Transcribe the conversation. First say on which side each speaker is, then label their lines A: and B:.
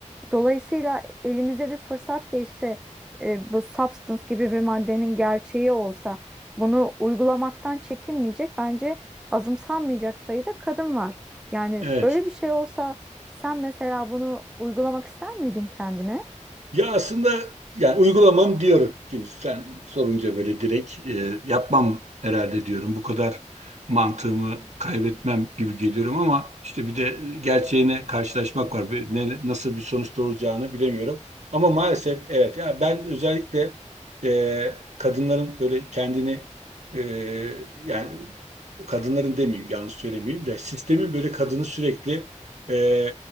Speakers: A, in the centre; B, on the right.
A: Dolayısıyla elimize bir fırsat geçse e, bu substance gibi bir maddenin gerçeği olsa bunu uygulamaktan çekinmeyecek bence azımsanmayacak sayıda kadın var. Yani
B: Evet.
A: böyle bir şey olsa sen mesela bunu uygulamak ister miydin kendine?
B: Ya aslında yani uygulamam diyorum. Şimdi sen sorunca böyle direkt e, yapmam herhalde diyorum. Bu kadar mantığımı kaybetmem gibi geliyorum ama işte bir de gerçeğine karşılaşmak var. Bir- ne- nasıl bir sonuç doğuracağını bilemiyorum. Ama maalesef evet ya ben özellikle e, kadınların böyle kendini e, yani kadınların demeyeyim yanlış söylemeyeyim de sistemin böyle kadını sürekli e,